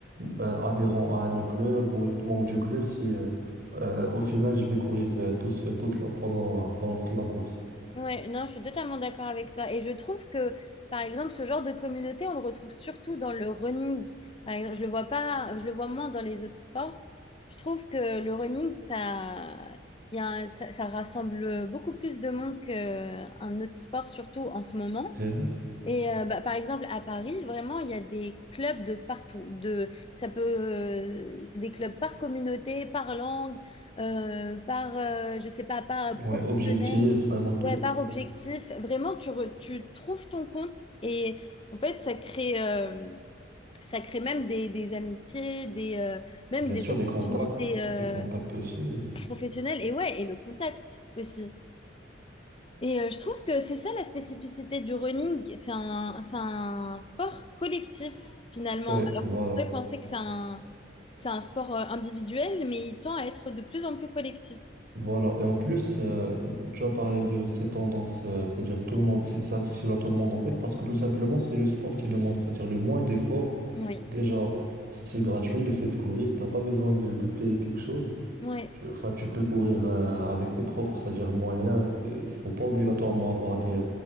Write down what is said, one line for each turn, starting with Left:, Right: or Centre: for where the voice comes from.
Right: euh, adhérent à un club ou être membre du club si euh, euh, au final je vais courir euh, tout seul toute la- pendant, pendant toute la course.
Left: Ouais, non, je suis totalement d'accord avec toi. Et je trouve que, par exemple, ce genre de communauté, on le retrouve surtout dans le running. Par exemple, je le vois pas, je le vois moins dans les autres sports. Je trouve que le running, ça, il y a un- ça, ça rassemble beaucoup plus de monde qu'un autre sport, surtout en ce moment.
Right: C'est vrai.
Left: Et euh, bah, par exemple, à Paris, vraiment, il y a des clubs de partout. De, ça peut, euh, c'est des clubs par communauté, par langue, euh, par, euh, je sais pas, par
Right: Ouais,
Left: professionnel,
Right: objectif, vraiment tout.
Left: ouais, par objectif. Vraiment, tu, re- tu trouves ton compte et en fait, ça crée, euh, ça crée même des, des amitiés, des, euh, même
Right: Bien
Left: des
Right: sûr,
Left: opportunités
Right: des contacts,
Left: euh,
Right: des contacts aussi. euh.
Left: professionnelles et ouais, et le contact aussi. Et euh, je trouve que c'est ça la spécificité du running, c'est un, c'est un sport collectif finalement,
Right: Ouais,
Left: alors
Right: voilà.
Left: qu'on pourrait penser que c'est un, c'est un sport euh, individuel, mais il tend à être de plus en plus collectif.
Right: Voilà. Et en plus, euh, tu as parlé de ces tendances, euh, c'est-à-dire tout le monde, c'est c'est accessible à tout le monde en fait, parce que tout simplement, c'est le sport qui demande, c'est-à-dire le moins d'efforts.
Left: Oui,
Right: Déjà, c'est gratuit, le fait de courir, t'as pas besoin de, de payer quelque chose.
Left: oui,
Right: Tu, enfin, tu peux courir euh, avec tes propres, c'est-à-dire moyens. Euh, Faut pas obligatoirement avoir des,